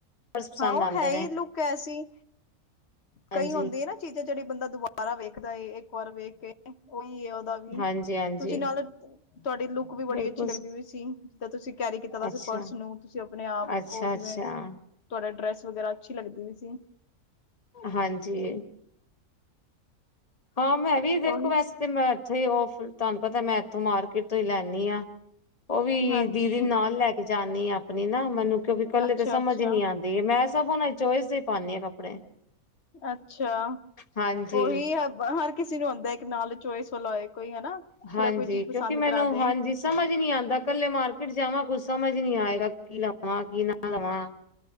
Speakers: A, on the left; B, on the left.
A: ਪਸੰਦ
B: ਹਾਂ ਉਹ
A: ਆਉਂਦੇ
B: ਹੈ
A: ਨੇ
B: ਹੀ ਲੁੱਕ ਐਸੀ।
A: ਹਾਂਜੀ
B: ਕਈ ਹੁੰਦੀ ਨਾ ਚੀਜ਼ਾਂ ਜਿਹੜੀ ਬੰਦਾ ਦੁਬਾਰਾ ਵੇਖਦਾ ਏ, ਇੱਕ ਵਾਰ ਵੇਖ ਕੇ ਉਹੀ ਹੈ ਉਹਦਾ।
A: ਹਾਂਜੀ ਹਾਂਜੀ
B: ਤੁਸੀਂ ਨਾਲ ਤੁਹਾਡੀ ਲੁੱਕ ਵੀ
A: ਬਿਲਕੁਲ
B: ਬੜੀ ਅੱਛੀ ਲੱਗਦੀ ਪਈ ਸੀ। ਜਿੱਦਾਂ ਤੁਸੀਂ ਕੈਰੀ ਕੀਤਾ ਦਾ
A: ਅੱਛਾ
B: ਸੀ ਪਰਸ ਨੂੰ, ਤੁਸੀਂ ਆਪਣੇ ਆਪ
A: ਅੱਛਾ
B: ਉਹ ਜਿਵੇਂ
A: ਅੱਛਾ
B: ਤੁਹਾਡਾ ਡਰੈਸ ਵਗੈਰਾ ਅੱਛੀ ਲੱਗਦੀ ਪਈ ਸੀ।
A: ਹਾਂਜੀ। ਹਾਂ, ਮੈਂ ਵੀ ਦੇਖੋ
B: ਉਹੀ
A: ਵੈਸੇ ਤਾਂ ਮੈਂ ਇੱਥੇ ਹੀ ਉਹ ਤੁਹਾਨੂੰ ਪਤਾ ਮੈਂ ਇੱਥੋਂ ਮਾਰਕੀਟ ਤੋਂ ਹੀ ਲੈਂਨੀ ਆ। ਉਹ ਵੀ
B: ਹਾਂਜੀ
A: ਦੀਦੀ ਨਾਲ ਲੈ ਕੇ ਜਾਂਦੀ ਆ ਆਪਣੀ ਨਾ, ਮੈਨੂੰ ਕਿਉਂਕਿ ਇਕੱਲੇ
B: ਅੱਛਾ
A: ਤਾਂ ਸਮਝ
B: ਅੱਛਾ
A: ਨਹੀਂ ਆਂਦੀ। ਮੈਂ ਸਭ ਹੁਣ ਚੋਇਸ ਹੀ ਪਾਣੀਂ ਹਾਂ ਕੱਪੜੇ।
B: ਅੱਛਾ
A: ਹਾਂਜੀ
B: ਉਹੀ ਹਰ ਕਿਸੇ ਨੂੰ ਹੁੰਦਾ ਇੱਕ ਨਾਲ‌ ਚੋਇਸ। ਲਾਏ ਕੋਈ ਹਨਾ।
A: ਹਾਂਜੀ
B: ਜਿਹੜਾ ਕੋਈ ਚੀਜ਼ ਪਸੰਦ
A: ਕਿਉਂਕਿ
B: ਕਰਾ
A: ਮੈਨੂੰ
B: ਦੇ
A: ਹਾਂਜੀ। ਸਮਝ ਨੀ ਆਦਾ ਕੱਲੇ ਮਾਰਕੀਟ ਜਾਵਾਂ ਕੁਛ ਸਮਝ ਨੀ ਆਏਗਾ ਕੀ ਲਵਾਂ ਕਿ ਨਾ ਲਵਾ।